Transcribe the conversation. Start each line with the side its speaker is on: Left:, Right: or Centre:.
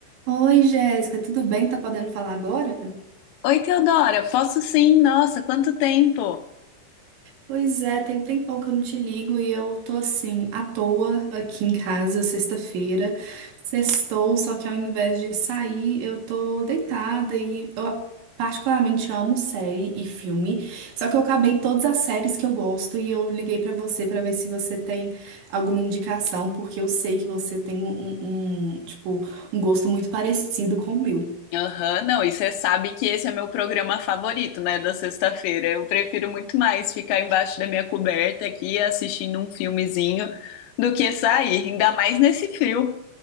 Right: Oi, Jéssica, tudo bem? Tá podendo falar agora?
Left: Oi, Teodora, posso sim, nossa, quanto tempo!
Right: Pois é, tem um tempão que eu não te ligo e eu tô assim, à toa aqui em casa, sexta-feira. Sextou, só que ao invés de sair, eu tô deitada e eu particularmente amo série e filme. Só que eu acabei todas as séries que eu gosto e eu liguei pra você pra ver se você tem alguma indicação, porque eu sei que você tem um, um, um, tipo, um gosto muito parecido com o meu.
Left: Aham, não, e você sabe que esse é meu programa favorito, né, da sexta-feira. Eu prefiro muito mais ficar embaixo da minha coberta aqui assistindo um filmezinho do que sair, ainda mais nesse frio.